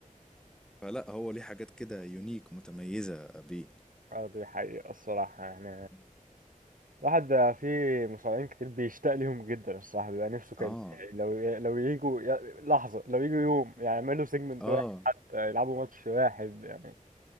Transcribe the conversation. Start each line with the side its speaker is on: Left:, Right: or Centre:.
Centre: فلا هو ليه حاجات كده يونيك متميزة بيه
Right: اه دي حقيقة الصراحة يعني
Centre: مم.
Right: الواحد في مصارعين كتير بيشتاق ليهم جدا الصراحة بيبقى نفسه كان
Centre: اه
Right: لو لو يجوا ي- لحظة لو يجوا يوم يعني يعملوا سيجمنت
Centre: اه
Right: واحد حتى يلعبوا ماتش واحد يعني